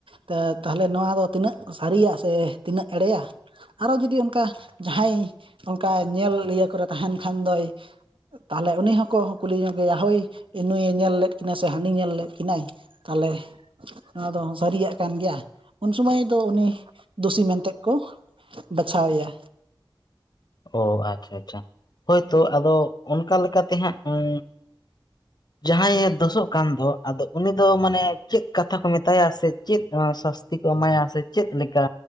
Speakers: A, on the right; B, on the left.
A: ᱛᱚ ᱛᱟᱦᱚᱞᱮ ᱱᱚᱣᱟ ᱫᱚ ᱛᱤᱱᱟᱹᱜ ᱥᱟᱹᱨᱤᱭᱟ ᱥᱮ ᱛᱤᱱᱟᱹᱜ ᱮᱲᱮᱭᱟ? ᱟᱨᱦᱚ ᱡᱩᱫᱤ ᱚᱱᱠᱟ ᱡᱟᱦᱟᱸᱭ ᱚᱱᱠᱟ ᱧᱮᱞ ᱤᱭᱟᱹ ᱠᱚᱨᱮ ᱛᱟᱦᱮᱱ ᱠᱷᱟᱱ ᱫᱚᱭ ᱛᱟᱦᱚᱞᱮ ᱩᱱᱤ ᱦᱚᱸᱠᱚ ᱠᱩᱞᱤᱧᱚᱜ ᱜᱮᱭᱟ ᱦᱳᱭ ᱱᱩᱭᱮ ᱧᱮᱞ ᱞᱮᱫ ᱠᱤᱱᱟᱹ ᱥᱮ ᱦᱟᱹᱱᱤ ᱧᱮᱞ ᱞᱮᱫ ᱠᱤᱱᱟᱹᱭ᱾ ᱛᱟᱦᱚᱞᱮ ᱚᱱᱟ ᱫᱚ ᱥᱟᱹᱨᱤᱭᱟᱜ ᱠᱟᱱ ᱜᱮᱭᱟ ᱩᱱ ᱥᱚᱢᱚᱭ ᱫᱚ ᱩᱱᱤ ᱫᱩᱥᱤ ᱢᱮᱱᱛᱮᱜ ᱠᱚ ᱵᱟᱪᱷᱟᱣ ᱮᱭᱟ᱾
B: ᱚ ᱟᱪᱪᱷᱟ ᱟᱪᱪᱷᱟ, ᱦᱳᱭᱛᱳ ᱟᱫᱚ ᱚᱱᱠᱟ ᱞᱮᱠᱟᱛᱮ ᱦᱟᱸᱜ ᱩᱸ <inaudible> ᱡᱟᱦᱟᱸᱭᱮ ᱫᱳᱥᱳᱜ ᱠᱟᱱ ᱫᱚ ᱟᱫᱚ ᱩᱱᱤ ᱫᱚ ᱢᱟᱱᱮ ᱪᱮᱫ ᱠᱟᱛᱷᱟ ᱠᱚ ᱢᱮᱛᱟᱭᱟ ᱥᱮ ᱪᱮᱫ ᱟᱸ ᱥᱟᱥᱛᱤ? ᱛᱤ ᱠᱚ ᱮᱢᱟᱭᱟ ᱥᱮ ᱪᱮᱫ ᱞᱮᱠᱟ